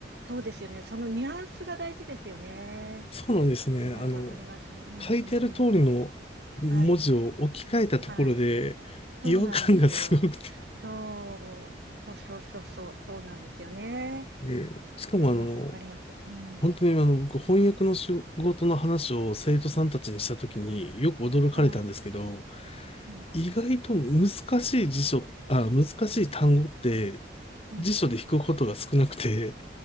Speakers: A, on the right; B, on the left.
A: そうですよね。そのニュアンスが大事ですよね。わ
B: そうなんですね。
A: かります、
B: あの、
A: わかります。うんう
B: 書いてある通りの文字を置き換えたところで、
A: んうん。はい、はい。
B: 違和感がすごくて。
A: そうなんですよ。そう、そうそうそうそう、そうなんですよね。わ
B: でしかもあの、
A: かります、わかります。うん。
B: 本当にあの、僕翻訳の仕事の話を生徒さんたちにしたときによく驚かれたんですけど、
A: はい。うん、
B: 意外と難しい辞書、あ、難しい単語って
A: うん、
B: 辞書で引くことが少なくて、